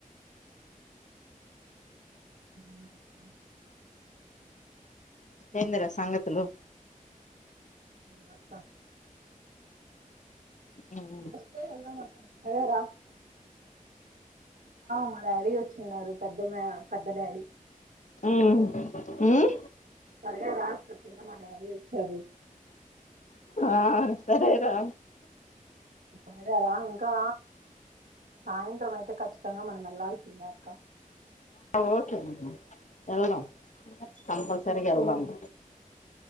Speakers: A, on the right (about 75°); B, on the left (about 60°).
A: అంటప్పా
B: ఎదిరా సంగతులు
A: వస్త
B: ఉమ్
A: వస్త అన్నావ్ అంట అలాగారా మా డాడీ వచ్చిన్నారు పెద్ద మ పెద్ద డాడీ
B: హ్మ్ ఉమ్
A: సర్లేరా మా డాడీ వచ్చాడు
B: ఆ సరేరా
A: ఆగారా ఇంకా సాయంత్రం అయితే కఖచ్చితంగా మనం వెళ్లాల్సిన్నాక్క
B: ఓకే ఎల్ కంపల్సరి ఎల్ ఉంట